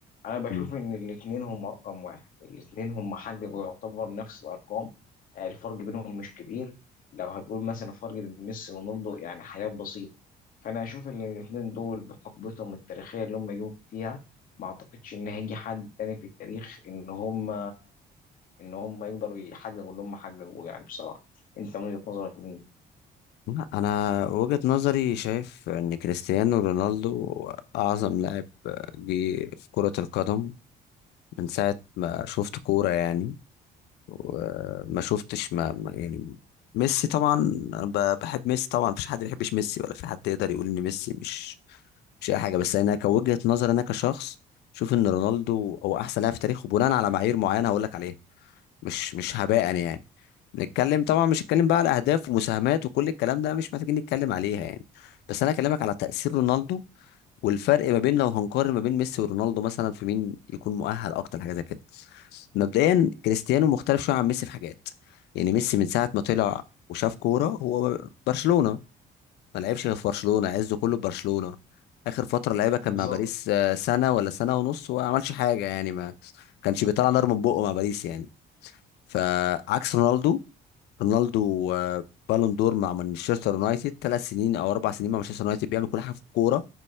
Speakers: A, on the left; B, on the left.
A: انا بشوف
B: مم.
A: ان الاثنين هم رقم واحد الاثنين هم حققوا يعتبر نفس الارقام آه، الفرق بينهم مش كبير لو هتقول مثلا الفرق بين ميسي ورونالدو يعني حاجات بسيطه فانا اشوف ان الاثنين دول بحقبتهم التاريخيه اللي هم جم فيها ما اعتقدش ان هيجي حد تاني في التاريخ ان هم ان هم يقدروا يحققوا اللي هم حققوه يعني بصراحه انت من وجهه نظرك مين
B: لا أنا وجهة نظري شايف إن كريستيانو رونالدو أعظم لاعب جه في كرة القدم من ساعة ما شفت كورة يعني وما شفتش ما ما- يعني ميسي طبعا انا ب- بحب ميسي طبعا مفيش حد ما بيحبش ميسي ولا في حد يقدر يقول ان ميسي مش مش اي حاجه بس انا كوجهه نظر انا كشخص شوف ان رونالدو هو احسن لاعب في تاريخه بناء على معايير معينه هقول لك عليها مش مش هباء يعني نتكلم طبعا مش هتكلم بقى على اهداف ومساهمات وكل الكلام ده مش محتاجين نتكلم عليها يعني بس انا اكلمك على تاثير رونالدو والفرق ما بين لو هنقارن ما بين ميسي ورونالدو مثلا في مين يكون مؤهل اكتر حاجه زي كده مبدئيا كريستيانو مختلف شويه عن ميسي في حاجات يعني ميسي من ساعه ما طلع وشاف كوره هو برشلونه ما لعبش غير في برشلونه عزه كله في برشلونه اخر فتره لعيبه كان
A: بالظبط
B: مع باريس آه، سنه ولا سنه ونص وما عملش حاجه يعني ما كانش بيطلع نار من بقه مع باريس يعني فعكس رونالدو رونالدو آه، بالون دور مع مانشستر يونايتد ثلاث سنين او اربع سنين مع مانشستر يونايتد بيعمل كل حاجه في الكوره